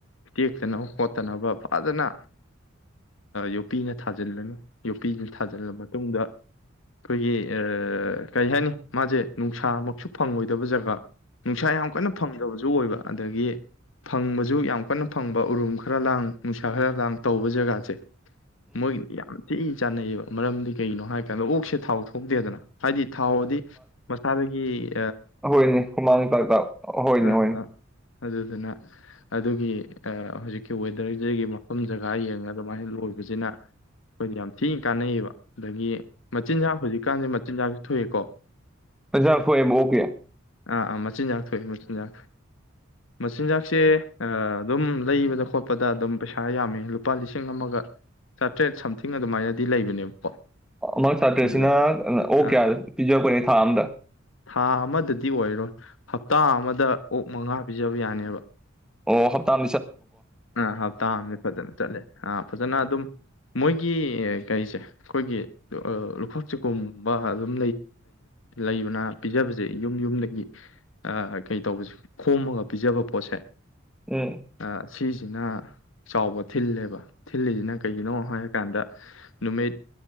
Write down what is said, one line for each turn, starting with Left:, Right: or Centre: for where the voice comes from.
Left: ꯇꯦꯛꯇꯅꯕ ꯈꯣꯠꯇꯅꯕ ꯐꯖꯅ ꯌꯣꯄꯤꯅ ꯊꯥꯖꯤꯜꯂꯅꯤꯨ ꯌꯣꯄꯤꯅ ꯊꯥꯖꯤꯜꯂ ꯃꯇꯨꯡꯗ ꯑꯩꯈꯣꯏꯒꯤ ꯀꯔꯤ ꯍꯥꯏꯅꯤ ꯃꯥꯁꯦ ꯅꯨꯡꯁꯥꯃꯛꯁꯨ ꯐꯪꯉꯣꯏꯗꯕ ꯖꯒꯥ ꯅꯤꯡꯅꯨꯡꯁꯥ ꯌꯥꯝ ꯀꯅ ꯨ ꯑꯣꯏꯕ ꯑꯗꯒꯤ ꯐꯪꯕꯁꯨ ꯌꯥꯝ ꯀꯟꯅ ꯐꯪꯕ ꯎꯔꯨꯝ ꯈꯔ ꯂꯥꯡ ꯅꯨꯡꯁꯥ ꯈꯔ ꯂꯥꯡ ꯇꯧꯕ ꯖꯒꯥꯁꯦ ꯃꯒꯤꯅꯤ ꯌꯥꯝ ꯊꯤꯛꯏ ꯆꯥꯅꯩꯌꯦꯕ ꯃꯔꯝꯗꯤ ꯀꯩꯅꯣ ꯍꯥꯏ ꯀꯥꯟꯗ ꯑꯣꯛꯁꯦ ꯊꯥꯎ ꯊꯣꯛꯇꯦꯗꯅ ꯍꯥꯏꯗꯤ ꯊꯥꯎꯗꯤ ꯃꯁꯥꯗꯒꯤ ꯎꯝ
Centre: ꯍꯣꯏꯅꯦ ꯍꯨꯃꯥꯡꯥꯏꯗ ꯍꯣꯏꯅꯦ
Left: ꯑꯥ
Centre: ꯍꯣꯏꯅꯦ
Left: ꯑꯥ ꯑꯗꯨꯗꯨꯅ ꯑꯗꯨꯒꯤ ꯍꯧꯖꯤꯛꯀꯤ ꯋꯦꯗꯔꯁꯤꯗꯒꯤ ꯃꯐꯝ ꯖꯒꯥ ꯌꯦꯡꯉ ꯑꯗꯨꯃꯥꯏꯅ ꯂꯣꯏꯕꯁꯤꯅ ꯑꯩꯈꯣꯏꯗꯤ ꯌꯥꯝ ꯊꯤꯅ ꯀꯥꯟꯅꯩꯌꯦꯕ ꯑꯗꯒꯤ ꯃꯆꯤꯟꯖꯥꯛ ꯍꯧꯖꯤꯛꯀꯥꯟꯁꯦ ꯃꯆꯤꯟꯖꯥꯛ ꯊꯣꯛ ꯏꯀꯣ
Centre: ꯄꯖꯥ ꯐꯣꯏꯕ ꯑꯣꯀꯦ
Left: ꯑꯥ ꯑ ꯃ ꯆꯤꯟ ꯐ ꯃ ꯌꯥ ꯃꯆꯤꯟꯖꯥꯛꯁꯦ ꯑꯗꯨꯝ ꯂꯩꯕꯗ ꯈꯣꯠꯄꯗ ꯑꯗꯨꯝ ꯄꯩꯁꯥ ꯌꯥꯝꯃꯦ ꯂꯨꯄꯥ ꯂꯤꯁꯤꯡ ꯑꯃꯒ ꯆꯥꯇ꯭ꯔꯦꯠ ꯁꯝꯊꯤꯡ ꯑꯗꯨꯃꯥꯏꯅꯗꯤ ꯂꯩꯕꯅꯦꯕꯀꯣ
Centre: ꯑꯃꯛ ꯁꯥꯇ꯭ꯔꯁꯤꯅ
Left: ꯑꯗꯨ ꯂꯩ
Centre: ꯑꯣ
Left: ꯑꯥ
Centre: ꯀꯌꯥ ꯄꯤꯖꯔꯛꯄꯅꯦ ꯊꯥ ꯑꯝꯗ
Left: ꯊꯥ ꯑꯃꯗꯗꯤ ꯑꯣꯏꯔꯣꯏ ꯍꯞꯇꯥ ꯑꯃꯗ ꯑꯣꯛ ꯃꯉꯥ ꯄꯤꯖꯕ ꯌꯥꯅꯦꯕ
Centre: ꯑꯣ ꯍꯞꯄꯇꯥꯥ
Left: ꯑꯥ ꯍꯞꯇꯥ ꯑꯅꯤ ꯐꯖꯅ ꯆꯠꯂꯦ ꯑꯥ ꯐꯖꯅ ꯑꯗꯨꯝ ꯃꯣꯏꯒꯤ ꯀꯩꯁꯦ ꯑꯩꯈꯣꯏꯒꯤ ꯂꯨꯈꯣꯛ ꯆꯨꯈꯨꯝꯒꯨꯝꯕ ꯑꯗꯨꯝ ꯂꯩꯕꯅ ꯄꯤꯖꯕꯁꯦ ꯌꯨꯝ ꯌꯨꯝꯗꯒꯤ ꯀꯩ ꯇꯧꯕꯁꯦ ꯈꯣꯝꯃꯒ ꯄꯤꯖꯕ ꯄꯣꯠꯁꯦ
Centre: ꯎꯝ
Left: ꯑ, ꯁꯤꯁꯤꯅ ꯆꯥꯎꯕ ꯊꯤꯜꯂꯦꯕ ꯊꯤꯜꯂꯤꯁꯤꯅ ꯀꯩꯒꯤꯅꯣ ꯍꯥꯏꯔꯀꯥꯟꯗ ꯅꯨꯃꯤꯠ